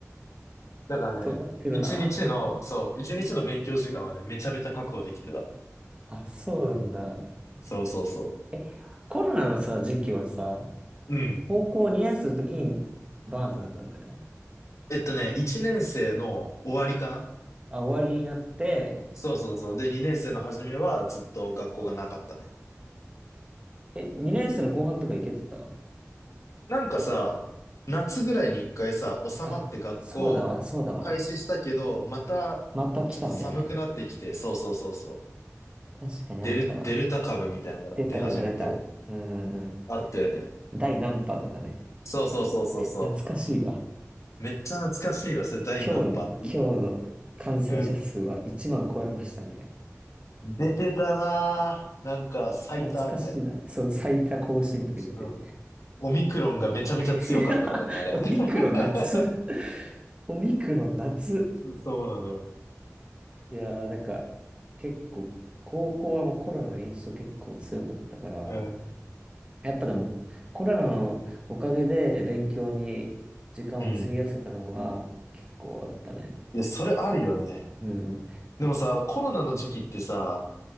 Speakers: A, on the left; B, on the right.
A: だからね、
B: 尖ってるな。
A: 一日の、そう、一日の勉強時間はね、めちゃめちゃ確保できてた。
B: あ、そうなんだ。
A: そうそうそ
B: え、コロナのさ、時期はさ、
A: う。うん。
B: 高校2年生の時にバーンってなったんだよね。
A: えっとね、一年生の終わりかな
B: あ、終わりになって、
A: そうそうそう。で、二年生の初めはずっと学校がなかったね。
B: え、2年生の後半とか行けてた
A: なんかさ、夏ぐらいに一回さ、収まって学校開始したけど、
B: あ、そうだわ、そうだわ。
A: またちょっと寒くなってきて、
B: また来たんだよね。
A: そうそうそうそう。
B: 確かにあったな。
A: デル、デルタ株みたいなのが出始めて、
B: 出た出た出た。うんうんう
A: あったよね。
B: ん。第何波とかね。
A: そうそうそうそうそ
B: 懐かしいわ。
A: う。めっちゃ懐かしいわ、それ第何波って。
B: 今日の、今日の感染者数は1万超えましたみたい
A: いうん。出てたなぁ。なんか最多みたいな。
B: な。懐かしいな。そう、最多更新とか言って。
A: そのオミクロンがめちゃめちゃ強かったからね、
B: <laughs> いやオミクロン夏。
A: あれ。<laughs>
B: オミクロン夏。
A: そうそうなのよ。
B: いやー、なんか、結構、高校はもうコロナの印象結構強かったから、
A: う
B: やっぱでも、コロナのおかげで勉強に時間を費やせたのは結構あったね。
A: ん。うん。いや、それあるよね。
B: うん。
A: でもさ、コロナの時期ってさ、